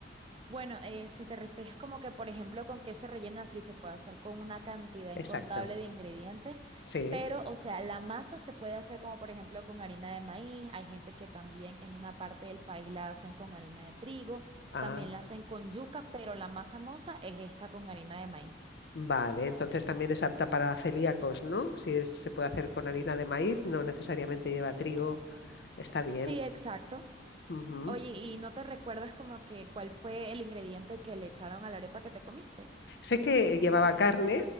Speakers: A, on the right; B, on the left.
A: Bueno, eh, si te refieres como que, por ejemplo, con qué se rellena, sí se puede hacer con una cantidad
B: Exacto,
A: incontable de ingredientes,
B: sí.
A: pero, o sea, la masa se puede hacer como, por ejemplo, con harina de maíz. Hay gente que también en una parte del país la hacen con harina de trigo,
B: Ah,
A: también la hacen con yuca, pero la más famosa es esta con harina de maíz.
B: vale. Entonces también es apta para celíacos, ¿no? Si es- se puede hacer con harina de maíz, no necesariamente lleva trigo. Está bien.
A: Sí, exacto.
B: Ujú.
A: Oye, ¿y no te recuerdas como que cuál fue el ingrediente que le echaron a la arepa que te comiste?
B: Sé que llevaba carne,